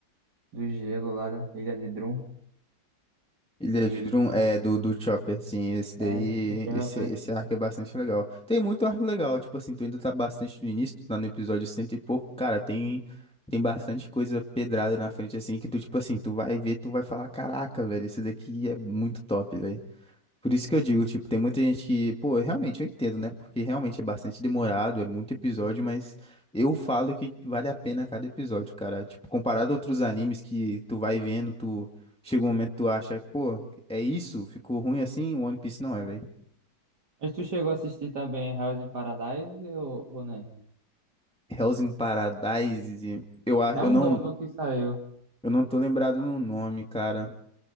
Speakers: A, on the right; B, in the centre.
A: do gelo, lá da Ilha de Drum,
B: Ilha
A: que
B: de Drum é do, do Chopper, assim, esse daí,
A: é. que é
B: esse,
A: pra-
B: esse arco é bastante legal. Tem muito arco legal, tipo assim, tu ainda tá bastante no início, tu tá no episódio cento e pouco, cara, tem, tem bastante coisa pedrada na frente, assim, que tu, tipo assim, tu vai ver, tu vai falar, caraca, velho, isso daqui é muito top, velho. Por isso que eu digo, tipo, tem muita gente que, pô, realmente eu entendo, né? Porque realmente é bastante demorado, é muito episódio, mas eu falo que vale a pena cada episódio, cara. Tipo, comparado a outros animes que tu vai vendo, tu chega um momento que tu acha, pô, é isso? Ficou ruim assim? O One Piece não é, velho.
A: Mas tu chegou a assistir também House in Paradise ou, ou nem
B: Hell's in Paradise, e eu acho,
A: É
B: eu
A: um
B: não,
A: novo que saiu.
B: eu não tô lembrado no nome, cara,